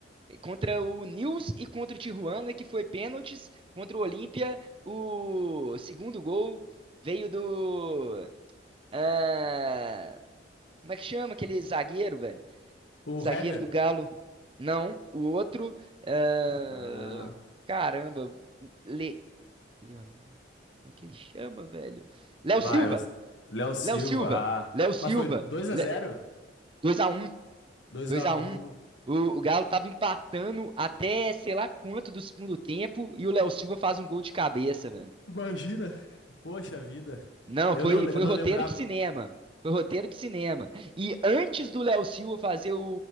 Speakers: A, on the right; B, on the left.
A: Contra o Nils e contra o Tijuana, que foi pênaltis. Contra o Olímpia, o segundo gol veio do. ah, como é que chama aquele zagueiro, velho?
B: O
A: Zagueiro
B: Hever.
A: do Galo. Não, o outro. ah,
B: Ah.
A: caramba. Le, Leon- como é que ele chama, velho? Léo
B: Bah,
A: Silva!
B: eu... Léo Silva,
A: Léo Silva!
B: ah.
A: Léo Silva!
B: Mas foi dois a
A: Le,
B: zero,
A: 2 a 1
B: dois
A: Dois
B: a
A: a
B: um,
A: um. O, o Galo tava empatando até sei lá quanto do segundo tempo e o Léo Silva faz um gol de cabeça, velho.
B: Imagina. Poxa vida.
A: Não,
B: Eu
A: foi,
B: não,
A: foi
B: eu não
A: roteiro
B: lembrava.
A: de cinema. Foi roteiro de cinema. E antes do Léo Silva fazer o,